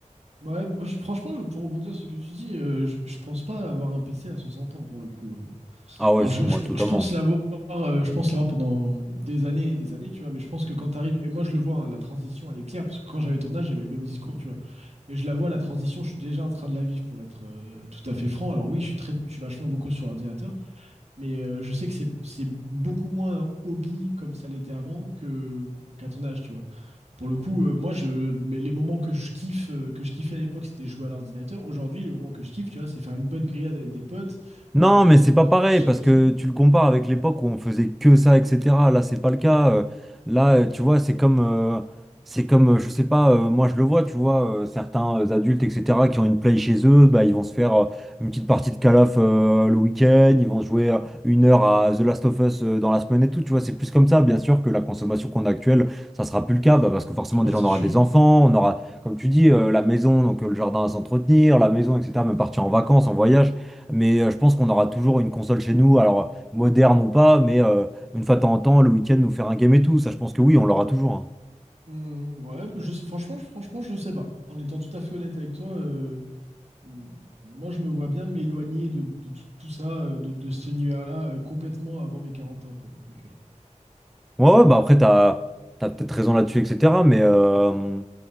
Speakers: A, on the right; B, in the centre.
A: Ouais, moi, je- franchement, je- pour rebondir sur ce que tu dis, euh, je, je pense pas avoir un PC à 60 ans pour le coup. euh.
B: Ah ouais,
A: Alors
B: suis
A: je,
B: moi,
A: je-
B: totalement.
A: je pense l'avoir, euh, je pense l'avoir pendant des années et des années, tu vois. Mais je pense que quand t'arrives, et moi je le vois, hein, la transition elle est claire parce que quand j'avais ton âge, j'avais le même discours, tu vois. Mais je la vois la transition, je suis déjà en train de la vivre pour être euh, tout à fait franc. Alors oui, je suis très, je suis vachement beaucoup sur ordinateur, mais euh, je sais que c'est c'est beaucoup moins un hobby comme ça l'était avant que qu'à ton âge, tu vois. Pour le coup, euh, moi, je, mais les moments que je kiffe, euh, que je kiffais à l'époque, c'était jouer à l'ordinateur. Aujourd'hui, les moments que je kiffe, tu vois, c'est faire une bonne grillade avec des potes,
B: Non,
A: euh,
B: mais c'est pas
A: faire
B: pareil
A: un petit
B: parce
A: jacuzzi.
B: que tu le compares avec l'époque où on faisait que ça, etc. Là, c'est pas le cas. Euh, Là, euh, tu vois, c'est comme, euh, c'est comme, euh, je sais pas, euh, moi je le vois, tu vois, euh, certains euh, adultes, etc., qui ont une play chez eux, bah, ils vont se faire euh, une petite partie de calaf le week-end, ils vont jouer euh, une heure à The Last of Us euh, dans la semaine et tout, tu vois, c'est plus comme ça. Bien sûr que la consommation qu'on a actuelle, ça sera plus le cas, bah, parce que forcément,
A: Ah bah,
B: déjà,
A: c'est
B: on aura
A: sûr.
B: des enfants, on aura, comme tu dis, euh, la maison, donc euh, le jardin à s'entretenir, la maison, etc., même partir en vacances, en voyage. Mais euh, je pense qu'on aura toujours une console chez nous, alors moderne ou pas, mais euh, une fois de temps en temps, le week-end, nous faire un game et tout. Ça, je pense que oui, on l'aura toujours. hein.
A: Hmm, ouais, bah, je, franchement, je- franchement, je sais pas. En étant tout à fait honnête avec toi, euh, moi, je me vois bien m'éloigner de, de tout tout ça, euh, de, de cet univers-là, euh, complètement avant mes 40 ans, pour le coup, tu vois.
B: Ouais, ouais, bah après, t'as, t'as peut-être raison là-dessus, etc. Mais, euh,